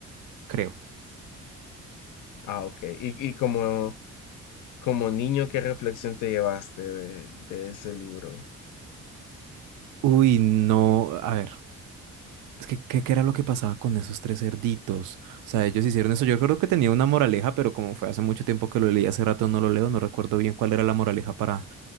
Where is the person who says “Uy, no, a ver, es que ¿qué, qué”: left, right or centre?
Right